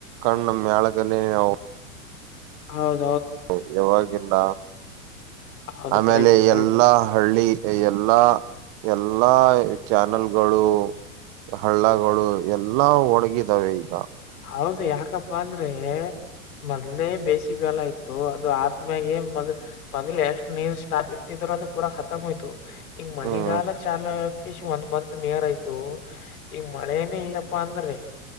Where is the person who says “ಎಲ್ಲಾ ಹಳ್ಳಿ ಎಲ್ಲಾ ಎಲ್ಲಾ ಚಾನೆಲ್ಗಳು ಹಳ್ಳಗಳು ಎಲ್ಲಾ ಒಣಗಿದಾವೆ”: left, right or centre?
Right